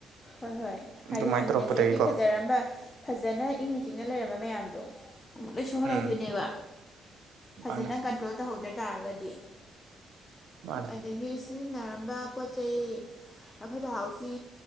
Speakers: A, on the left; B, on the right.
A: ꯍꯣꯏ ꯍꯣꯏ ꯍꯥꯏꯗꯤ
B: ꯑꯗꯨꯃꯥꯏꯅ
A: ꯍꯥꯟꯅ
B: ꯇꯧꯔꯛꯄꯗꯒꯤꯀꯣ
A: ꯅꯦꯆꯔꯒꯤ ꯐꯖꯔꯝꯕ ꯐꯖꯅ ꯏꯪꯅ ꯆꯤꯛꯅ ꯂꯩꯔꯝꯕ ꯃꯌꯥꯝꯗꯣ ꯑꯃꯨꯛ ꯂꯣꯏ ꯁꯣꯛꯍꯜꯂꯧꯗꯣꯏꯅꯦꯕ
B: ꯎꯝ
A: ꯐꯖꯅꯟ
B: ꯃꯥꯅꯦ
A: <unintelligible> ꯇꯧꯍꯧꯗ ꯇꯥꯔꯒꯗꯤ
B: ꯃꯥꯅꯦ
A: ꯑꯗꯒꯤ ꯁꯤꯖꯤꯟꯅꯔꯝꯕ ꯄꯣꯠꯆꯩ ꯑꯐꯠꯇ ꯍꯥꯎꯊꯤ